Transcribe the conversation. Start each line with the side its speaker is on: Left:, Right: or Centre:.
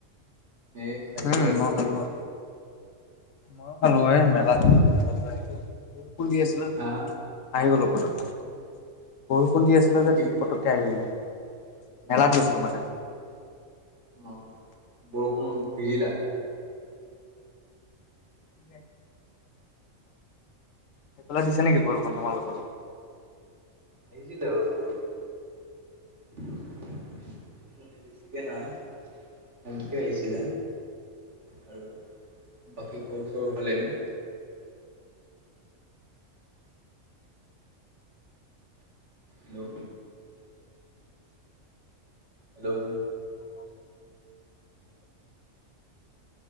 Right: এই খাইছোঁ
Left: উম
Right: আৰু
Left: মই
Right: তুমি?
Left: খালোঁ অ। মইও খালো এ মেলাত গলো মেলাৰ পৰা আহিলো। বৰষুণ দি আছিলে নে?
Right: হা হা?
Left: আহি গলো পতককে বৰষুণ দি আছিলে যে
Right: কি
Left: পতককে আহি গলোঁ। মেলাত
Right: অ'
Left: গৈছিলো মানে।
Right: অ বৰষুণত ভিজিলা।
Left: <unintelligible> সেইফালে দিছে নেকি বৰষুণ তোমাৰ লোকৰ ফালে?
Right: ভিজিলে অলপ চলপ <unintelligible> বেছি কে নাই। সমকে আহিছিলা, আৰু বাকী খবৰ চবৰ ভালেই ন? হেল্ল
Left: <inaudible>
Right: হেল্ল'
Left: <inaudible>